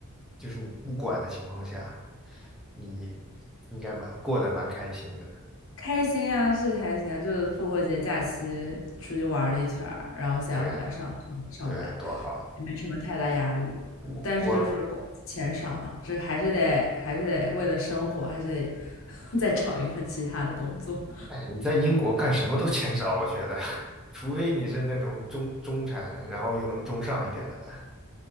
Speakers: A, in the centre; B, on the left.
A: 就是你不管的情况下，你应该蛮过得蛮开心的。
B: 开心呀，是开心啊，就是复活节假期出去玩了一圈儿，然后现在回来上上上班，
A: 对啊，对啊，多好！
B: 也没什么太大压力。
A: 我我，
B: 但是就是工钱少嘛，这还是得还是得为了生活，还是得 <laughs> 再找一份其他的工作。
A: 哎，你在英国干什么都钱少，我觉得，<laughs> 除非你是那种中中产，然后又能中上一点的了。